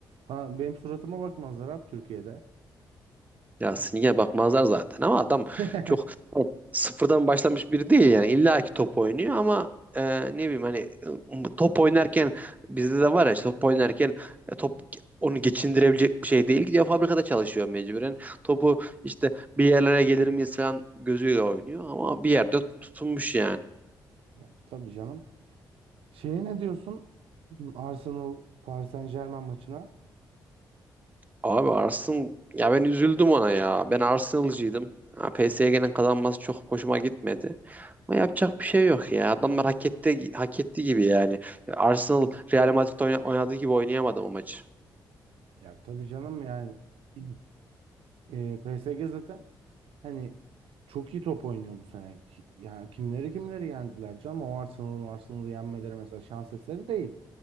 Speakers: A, on the right; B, on the right.
A: bana- benim suratıma bakmazlar abi Türkiye'de.
B: Ya Sinige bakmazlar zaten ama adam
A: <laughs>
B: çok sıfırdan başlamış biri değil yani. İlla ki top oynuyor ama e, ne bileyim hani e, top oynarken bizde de var ya işte top oynarken e, top onu geçindirebilecek bir şey değil. Gidiyor fabrikada çalışıyor mecburen. Topu işte bir yerlere gelir miyiz falan gözüyle oynuyor ama bir yerde tutunmuş yani.
A: Ya, tabii canım. Şeye ne diyorsun? Arsenal Paris Saint-Germain maçına.
B: Abi Arslan ya ben üzüldüm ona ya. Ben Arsenal'cıydım. Ha, PSG'nin kazanması çok hoşuma gitmedi. Ama yapacak bir şey yok ya. Adamlar hak etti, hak etti gibi yani. Arsenal Real Madrid oyna- oynadığı gibi oynayamadı o maçı.
A: Ya tabii canım yani <clears throat> e, PSG zaten hani çok iyi top oynuyor bu sene. Ki- Yani kimleri kimleri yendiler canım. O Arsenal'ın Arsenal'ı yenmeleri mesela şans eseri değil.